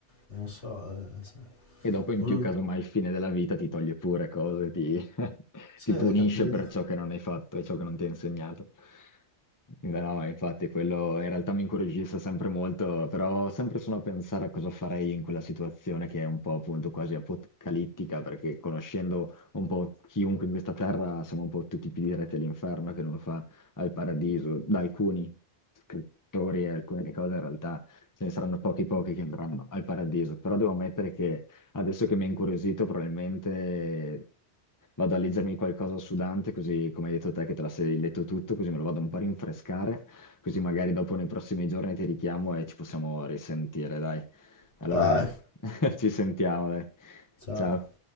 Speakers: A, on the left (about 80°); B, on the left (about 20°).
A: non so, eh, se-
B: E dopo in
A: non
B: più,
A: lo-
B: casomai, il fine della vita ti toglie pure cose, ti, <laughs>
A: sì,
B: ti
A: hai
B: punisce
A: capito?
B: per ciò che non hai fatto e ciò che non ti ha insegnato. Beh, No, ma infatti quello in realtà mi incuriosisce sempre molto, però sempre sono a pensare a cosa farei in quella situazione che è un po' appunto quasi apocalittica, perché conoscendo un po' chiunque in questa terra siamo un po' tutti più diretti all'inferno che non fa al paradiso. Da alcuni scrittori e alcune cose in realtà ce ne saranno pochi pochi che andranno al paradiso, però devo ammettere che Adesso che mi ha incuriosito, probabilmente vado a leggermi qualcosa su Dante, così come hai detto te che te la sei letto tutto, così me lo vado un po' a rinfrescare, così magari dopo nei prossimi giorni ti richiamo e ci possiamo risentire, dai. Allora,
A: Dai,
B: <laughs> ci sentiamo, dai.
A: ciao.
B: Ciao.